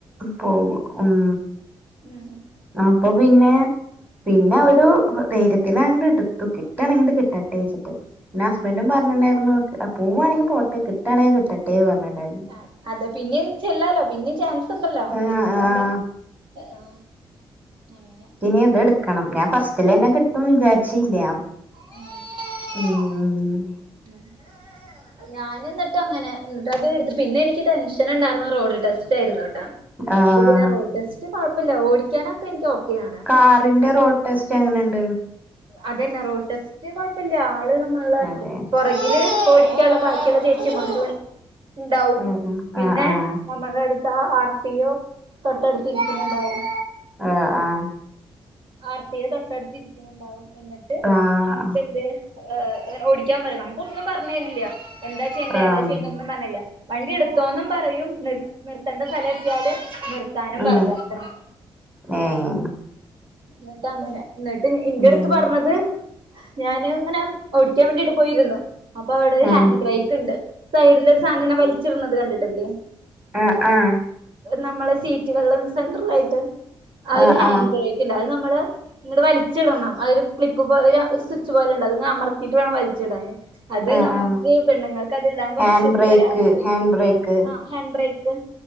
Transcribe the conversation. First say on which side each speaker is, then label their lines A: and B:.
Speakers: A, on the right; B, on the right.
A: പോവും ഉം
B: ഉം
A: അപ്പൊ പിന്നെ പിന്നെ ഒരു ധൈര്യത്തിന് ആണ്ട് ടുത്തു കിട്ടണെങ്ങി ആണ്ട് കിട്ടട്ടെച്ചിട്ട് പിന്നെ ഹസ്ബൻഡും പറഞ്ഞിട്ടണ്ടാര് ന്നു. പോവാണെങ്കി പോട്ടെ കിട്ടാണെങ്കിൽ കിട്ടട്ടെ പറഞ്ഞിട്ടുണ്ടായിരുന്നു
B: ആ അതെ പിന്നിം ചെല്ലല്ലോ പിന്നിം ചാൻസ് ണ്ടല്ലോ
A: ആഹ്
B: പിന്നെപ്പ
A: ആഹ്
B: എന്താ എ ഓ അങ്ങനെ
A: ഇനിയതെടുക്കണം ഞാൻ ഫസ്റ്റിലെന്നെ കിട്ടും വിചാരിച്ചില്ല
B: <unintelligible>
A: ഉം
B: <inaudible> ഞാന് ഇന്നിട്ട് അങ്ങനെ ന്നിട്ട് അത എടുത്ത് പിന്നെ എനിക്ക് ടെൻഷൻ ഇണ്ടാരുന്ന റോഡ് ടെസ്റ്റരുന്നുട്ടാ
A: ആഹ്
B: ഇന്നിട്ട് പിന്നെ റോഡ് ടെസ്റ്റ് കൊ ഴപ്പല്ല ഓടിക്കാനൊക്കെ ഇനിക്ക് ഓക്കെയാ
A: കാറിന്റെ റോഡ് ടെസ്റ്റ് എങ്ങനെണ്ട്?
B: അതന്നെ റോഡ് ടെസ്റ്റ് കൊഴപ്പല്ല ആള് നമ്മളെ
A: അതെ
B: പ്പോ പുറകിൽ ഓടിക്കനിള്ള ബാക്കിയുള്ള ചേച്ചിമാര് ഉണ്ടാവും
A: ഉം ഉം
B: പിന്നെ
A: ആഹ് ആഹ്
B: നമ്മളടുത്ത ആ ആർട്ടിയോ തൊട്ടടുത്തിരിക്കയണ്ടാവും.
A: ആഹ്ആഹ്.
B: ആർട്ടിഒ തൊട്ടടുത്തിരിക്കുന്നുണ്ടാവും എന്നിട്ട്
A: ആഹ്
B: നമ്മക്കെന്ത് ഏ് ഓടിക്കാൻ പറിം നമുക്കൊന്നും പറഞ്ഞരില്ല എന്താ ചെയ്യണ്ട് ഏതാ
A: ആഹ്
B: ചെയ്യേണ്ട് ന്നും പറില്ല വണ്ടി എടുത്തോന്നും പറയും നി നിർത്തേണ്ട സ്ഥലം എത്തിയാല് നിർ താനും
A: ഉം
B: പറയും അത്ര
A: ഏഹ്.
B: ഇന്നിട്ട് അങ്ങനെ ഇന്നിട്ട് ഇന്റെ
A: ഉം
B: അടുത്ത് പറഞ്ഞത് ഞാന് ഇങ്ങനെ ഓടിക്കാൻ വേണ്ടിട്ട് പോയിരുന്നു അപ്പൊ അവടെ ഒരു
A: ആഹ്
B: ഹാൻഡ് ബ്രേക്ക് ഇണ്ട്. സൈഡില് ഒരു സാനങ്ങനെ വലിച്ചിടുന്നത് കണ്ടിട്ടില്ലേ.
A: ആഹ് ആഹ്.
B: നമ്മളെ സീറ്റകളില് സെൻട്രലായിട്ട് ആ
A: ആഹ്
B: ഒരു ഹാൻഡ്
A: ആഹ്
B: ബ്രേക്ക് ഉണ്ട് അത് നമ്മള് ഇങ്ങട് വലിച്ചിടണം അഹ് ഒരു ക്ലിപ്പ് ഒരു സ്വിച്ച് പോലെ ഉണ്ടത് അമർത്തിട്ട് വാണം വലിച്ചിടാന്. അത്
A: ആഹ്
B: നമക്ക്
A: ആഹ്
B: പെണ്ണുങ്ങൾക്ക് അത് ഇടാൻ കൊറച്ചൊരു
A: ഹാൻഡ് ബ്രേക്ക്
B: പ്രയാസ
A: ഹാൻഡ് ബ്രേക്ക്
B: ആഹ് ഹാൻഡ് ബ്രേക്ക്.